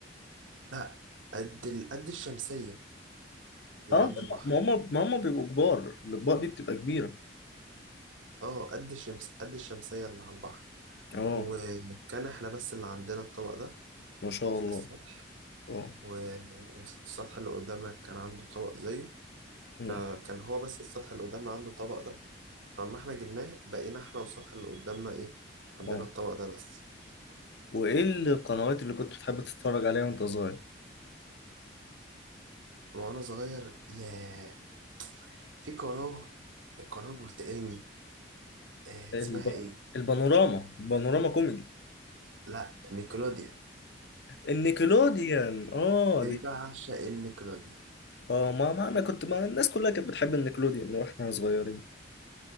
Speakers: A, on the right (about 85°); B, on the left (about 60°).
A: لا قد ال... قد الشمسية اللي
B: اه
A: عند البحر
B: ما هم ما هم بيبقوا كبار الاطباق دي بتبقى كبيره
A: اه قد الشمس قد الشمسية اللي على البحر
B: اه
A: وكان احنا بس اللي عندنا الطبق ده
B: ما شاء
A: في
B: الله
A: السطح
B: اه
A: والسطح اللي قدامنا كان عنده طبق زيه
B: مم.
A: فكان هو بس السطح اللي قدامنا عنده الطبق ده فاما احنا جبناه بقينا احنا والسطح اللي قدامنا ايه عندنا
B: اه
A: الطبق ده بس
B: وايه القنوات اللي كنت بتحب تتفرج عليها وانت صغير
A: وانا صغير ياه في قناة القناة البرتقاني آه،
B: الب...
A: اسمها ايه
B: البانوراما البانوراما كوميدي
A: لا نيكلوديان
B: النيكلوديان اه دي
A: بعشق النيكلوديان
B: اه ما, ما انا كنت ما الناس كلها كانت بتحب النيكلوديان واحنا صغيرين